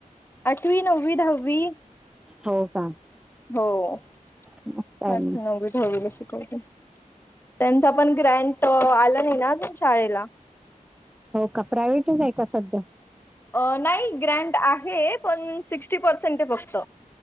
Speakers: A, on the left; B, in the centre.
A: आठवी, नव्वी, दहावी
B: हो का
A: हो आठवी,
B: मस्त आहे मग.
A: नव्वी, दहावी शिकवते. त्यांचा पण ग्रँट आला नाही ना अजून शाळेला
B: हो का, प्रायव्हेटचं आहे का सध्या?
A: अ नाही ग्रँट आहे, पण सिक्स्टी पर्सेंट आहे फक्त.